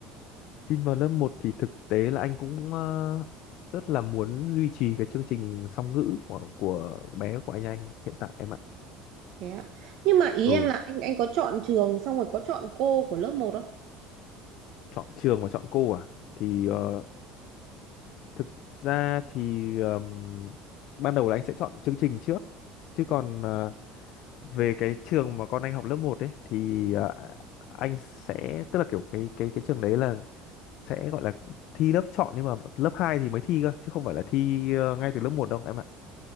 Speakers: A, on the left (about 60°); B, on the right (about 60°).
A: Tin vào lớp một thì thực tế là anh cũng ờ, rất là muốn duy trì cái chương trình song ngữ của của bé của anh anh hiện tại em ạ.
B: Thế ạ. Nhưng mà ý
A: Ừ,
B: em là anh anh có chọn trường xong rồi có chọn cô của lớp một không?
A: chọn trường và chọn cô à? Thì
B: Vâng.
A: ờ, thực ra thì ờm, ban đầu là anh sẽ chọn chương trình trước. Chứ còn ờ, về cái trường mà con anh học lớp một ấy thì ờ, anh sẽ tức là kiểu cái cái cái trường đấy là sẽ gọi là thi lớp chọn nhưng mà lớp 2 thì mới thi cơ chứ không phải là thi ờ, ngay từ lớp một đâu em ạ.